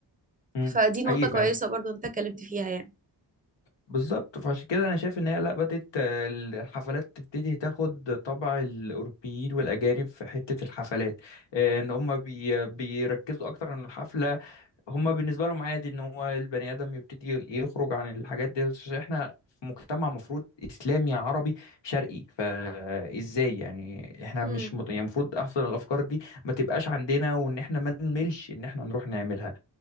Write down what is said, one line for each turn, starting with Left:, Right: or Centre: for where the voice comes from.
Left: مم.
Right: فدي نقطة
Left: حقيقي
Right: كويسة
Left: فعلا
Right: برضو انت اتكلمت فيها يعني
Left: بالظبط فعشان كده انا شايف ان هي لا بدات آه، الحفلات تبتدي تاخد طبع الاوروبيين والاجانب في حته الحفلات آه، ان هم بي بيركزوا اكتر عن الحفله هم بالنسبه لهم عادي ان هو البني ادم يبتدي يخرج عن الحاجات دي عشان احنا في مجتمع مفروض اسلامي عربي شرقي فازاي يعني احنا
Right: امم
Left: مش مط... يعني المفروض احسن الافكار دي ما تبقاش عندنا وان احنا ما نملش ان احنا نروح نعملها